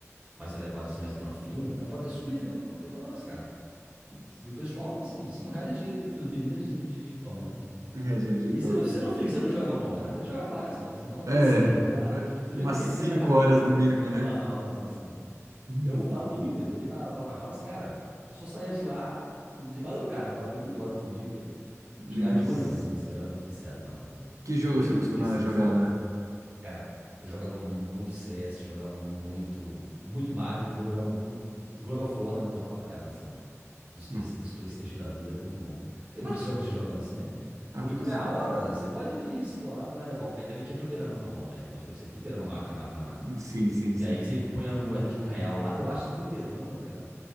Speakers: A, on the right; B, on the right.
A: mais elevado, assim, mais granfino, tá, pode ter subido,
B: <laughs>
A: entendeu? Pode até botar mais caro.
B: Nossa.
A: E o pessoal, assim, 5 reais é dinheiro, pros meninos é dinheiro de, de pão, né?
B: É, dinheiro de
A: E
B: pão.
A: você não, você não fica, você não joga uma hora, você joga várias horas. Então
B: É,
A: <laughs> você fica lá, você
B: umas
A: fica o dia
B: 5
A: inteiro na, ca- na
B: horas no mínimo, né?
A: Lan House lá assim.
B: Uhum.
A: Eu vou- falo por mim mesmo, eu ia pra, pra Lan House, cara, eu só saía de lá de madrugada, eu falava, tenho que ir embora dormir, que
B: Nossa.
A: chegava de manhãzinha assim, eu era muito viciado na Lan House. Eu.
B: Que jogo
A: Mesmo
B: você costumava
A: tendo PC
B: jogar
A: assim.
B: lá?
A: Cara, eu jogava muito CS, jogava muito. Muito Mario também jogava muito. God of War também eu gostava pra caramba, assim. Nos, P-
B: Não.
A: nos PlayStation da vida, era muito bom. Tem vários
B: Hum.
A: jogos que jogava assim, né?
B: Ah,
A: Porque
B: com
A: como
B: certeza.
A: é a hora, você pode ali explorar, não era igual. Aí também tinha fliperama normal, né? Igual eu te falei pra você, fliperama, máquina, máquina, máquina.
B: Hum, Sim, sim,
A: Que
B: sim.
A: aí você põe a moeda de um real lá. Eu acho que o fliperama, cara,